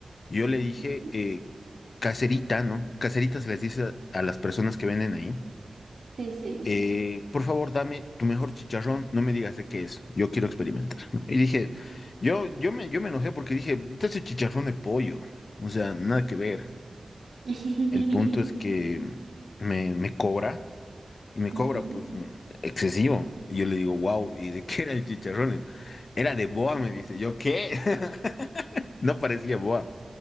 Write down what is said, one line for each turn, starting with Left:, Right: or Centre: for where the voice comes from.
Left: Yo le dije
Right: ujú,
Left: eh, caserita, ¿no? Caserita se les dice a a las personas que venden ahí.
Right: Sí, sí.
Left: eh, por favor, dame tu mejor chicharrón, no me digas de qué es, yo quiero experimentar. ¿no? Y dije, yo, yo me, yo me enojé porque dije, este es chicharrón de pollo, o sea, nada que ver.
Right: <laughs>
Left: El punto es que me, me cobra y me cobra
Right: Ujú.
Left: pues excesivo. Y yo le digo, wow, ¿y de qué era el chicharrón? Era de boa, me dice, ¿yo qué? <laughs> No parecía boa.